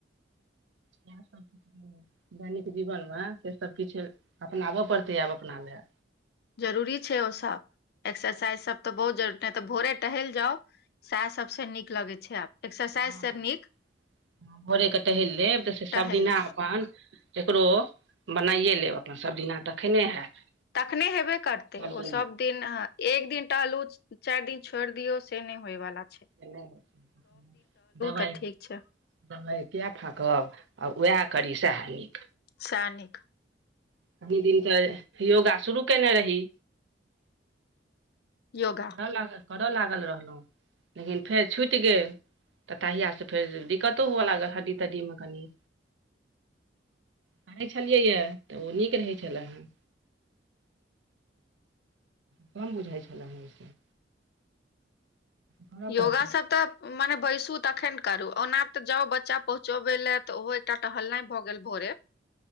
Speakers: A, on the right (about 75°); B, on the left (about 60°).
A: <unintelligible> दैनिक जीवनमे से सब किछु अपनाबऽ पड़तै आब अपना लए
B: जरूरी छै ओ सब एक्सरसाइज सब तऽ बहुत जरूरी नै टा तऽ भोरे टहल जाउ सएह सबसे नीक लगे छै आब एक्सरसाइज
A: हँ हँ
B: से नीक
A: भोरेक टहलि लेब तऽ से सभदिना
B: टहलि लेब
A: अपन केकरो मनाइए लेब अपन सभदिना तखने हैत
B: तखने हेबे करतै
A: सब दिना
B: ओसभ दिन एक दिन टहलू चारि दिन छोड़ दियौ से नहि होय बाला
A: से नै होई छै दबाई
B: तऽ ठीक छै
A: दबाइ किया फाकब आब उएह करि सएह नीक
B: सैह निक
A: कनि दिन तऽ योगा शुरू कयने रही
B: योगा
A: करय लागल करय लागल रहलऊ लेकिन फेर छुटि गेल तऽ तहियास से फेर दिक्कतो हुअ लागत हड्डी तड्डी मे कनि करै छलियैए तऽ ओ नीक रहै छलै हेन कम बुझाइ छलै हँ ओसँ करऽ
B: योगा
A: पड़तै
B: सब तऽ मने बैसू तखन करू ओना तऽ जाउ बच्चा पहुँचबे ले तऽ ओहो एकटा टहलनाइ भऽ गेल भोरे